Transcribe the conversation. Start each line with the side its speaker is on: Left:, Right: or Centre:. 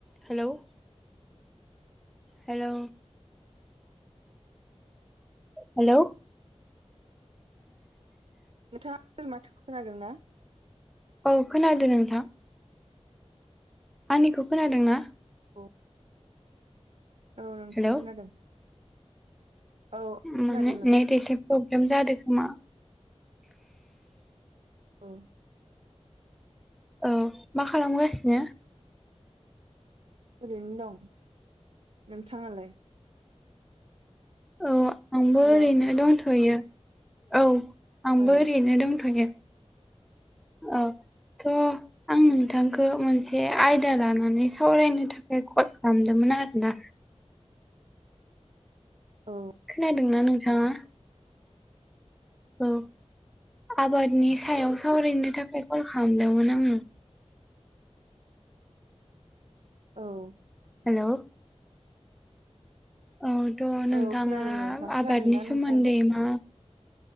Centre: Hello hello hello
Right: नोंथाङा आंनि माथोखौ खोनादों ना?
Centre: औ खोनादों नोंथां। आंनिखौ खोनादों ना?
Right: औ औ नोंथां
Centre: हेलौ
Right: खोनादों औ
Centre: माने
Right: खोनादों नों
Centre: नेट एसे प्रब्लेम जादों खोमा।
Right: औ
Centre: औ मा खालामगासिनो?
Right: ओरैनो दं। नोंथाङालाय?
Centre: औ आंबो
Right: हेल'
Centre: ओरैनो
Right: औ
Centre: दंथ'यो औ आंबो
Right: औ
Centre: ओरैनो दंथ'गोन औ थ' आं आं नोंथांखौ मोनसे आयदा लानानै सावरायनो थाखाय कल खालामदोंमोन आरोना।
Right: औ
Centre: खोनादों ना नोंथाङा? औ आबादनि सायाव सावरायनो थाखाय कल खालामदोंमोन आङो।
Right: औ
Centre: हेल' औ थ' नोंथाङा
Right: औ खोनादों नोंथां
Centre: आबादनि
Right: खोनादोंना
Centre: सोमोन्दै
Right: नोंथाङाबो
Centre: मा